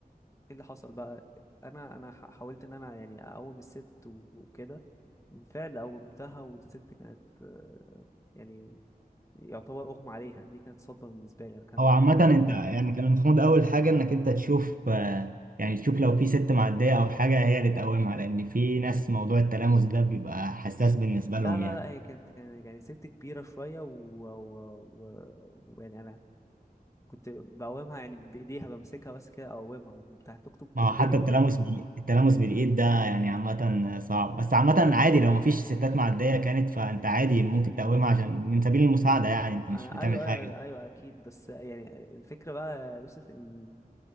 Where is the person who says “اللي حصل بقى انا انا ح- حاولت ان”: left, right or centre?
Left